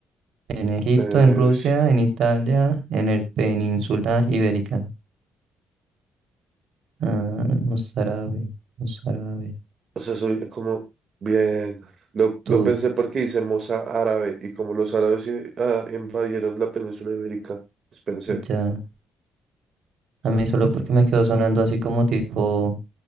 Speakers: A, on the right (about 65°); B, on the right (about 45°).
A: En Egipto,
B: eh,
A: en Rusia, en Italia, en el península ibérica. Ah, un árabe, un árabe.
B: O sea, soy como bien. Lo,
A: Tú,
B: lo pensé porque hice moza árabe y como los árabes eh, ah, invadieron la península ibérica, pues pensé,
A: ya. A mí solo porque me quedó sonando así como tipo,